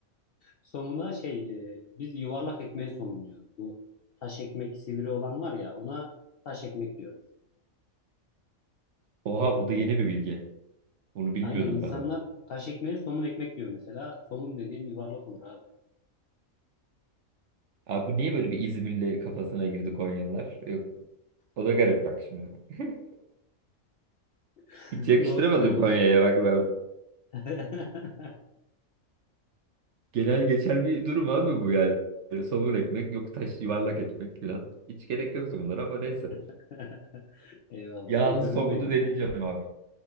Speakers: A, on the left (about 65°); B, on the right (about 65°).
A: somuna şey e, biz yuvarlak ekmeğe somun diyoruz. Bu taş ekmek sivri olan var ya ona taş ekmek diyoruz.
B: <laughs> Oha bu da yeni bir bilgi. Bunu bilmiyordum
A: Aynen insanlar
B: ben abi.
A: taş ekmeğe somun ekmek diyor mesela. Somun dediğin yuvarlak olur abi.
B: Abi bu niye böyle bir İzmirli kafasına girdi Konyalılar? Yok. O da garip bak şimdi. <laughs>
A: <laughs>
B: Hiç yakıştıramadım
A: Doğru söylüyorsun.
B: Konya'ya bak ben
A: <laughs>
B: Genel geçer bir durum abi bu yani. Yani Somun ekmek yok taş yuvarlak ekmek falan. Hiç gerek yok bunlara ama neyse.
A: <laughs> Eyvallah.
B: Yağlı
A: Güldürdün
B: somunu
A: beni
B: deneyeceğim
A: ya.
B: abi.